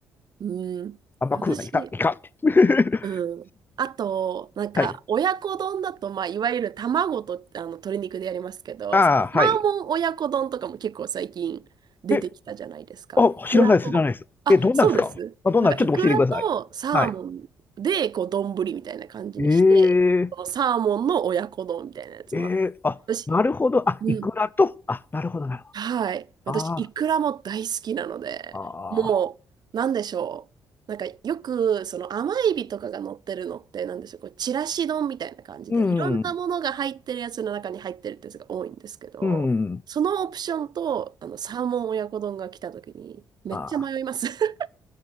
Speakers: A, on the right; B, on the left.
A: うん。
B: あんま食うな、
A: 私、
B: イカ、イカって。<laughs>
A: うん。あと、なんか、
B: はい。
A: 親子丼だと、まあ、いわゆる卵とあの鶏肉でやりますけど、
B: ああ、
A: そのサーモン親子丼とかも結構最近出てきたじゃないですか。
B: はい。え、あ、
A: イクラと、
B: 知らないです、知らないです。
A: あ、
B: え、どんなんですかあ、
A: そうです。
B: どんなん、
A: なんか、
B: ちょっと教えてください。
A: イクラとサーモンで、
B: はい。
A: こう、丼みたいな感じにして、
B: えー、
A: そのサーモンの親子丼みたいなやつも。
B: えー、あ、
A: 私、
B: なるほど。あ、
A: うん
B: イクラと、あ、なるほど、なるほど。
A: はい。私、
B: あ
A: イクラも大好きなので、
B: あ、ああ、
A: もう、なんでしょう。なんか、よく、その甘エビとかが乗ってるのって、なんでしょう。こう、ちらし丼みたいな感じで、
B: うん、
A: いろんなものが入ってるやつの中に入ってるってやつが多いんですけど、
B: うん。
A: そのオプションと、あの、サーモン親子丼が来た時に、めっちゃ迷います。
B: あ
A: <laughs>